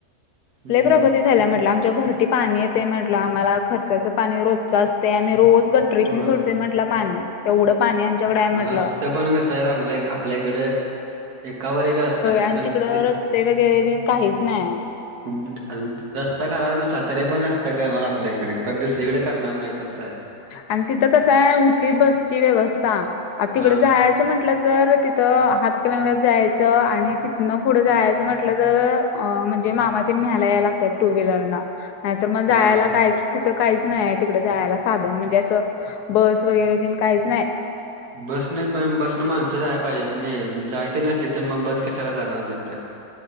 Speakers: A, on the right; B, on the left.
A: हम्म
B: लय प्रगती म्हटलं आमच्या घर पाणी येते म्हटलं आम्हाला खर्च पाणी रोजचं असते आम्ही रोज <unintelligible>
A: होय
B: सोडतय म्हटलं पाणी एवढं पाणी आमच्याकडे म्हटलं
A: हा रस्ते पण कस आहेत आपल्या आपल्याकडे एकावर एक रस्ता
B: आणि
A: नुसत
B: तिकडं
A: ते
B: रस्ते वगैरे तेन काहीच नाही
A: हम् रस्ता करायचा नसला तरी पण रस्ता करणार आपल्या इकडे प दुसरीकडे करणार नाही त असं आहे.
B: आणि तिथं कसं आहे होती बसची व्यवस्था आ तिकड
A: हा
B: जायचं आहे. असं म्हटलं तर तिथं हातकलंगलेत जायचं आणि तिथनं पुढं जायचं म्हटलं तर अ म्हणजे मामा तेनी निहायला याला लागतात टू व्हीलरन. नाय तर मग
A: होय
B: कायच नाय साधन जायाला तिकडं म्हणजे असं. बस वगैरे तेन कायचं नाय.
A: बस नाही पण बसन माणसं जाय पाहिजेत नाही जायचे नसले तर मग बस. कशाला जाणार तिथं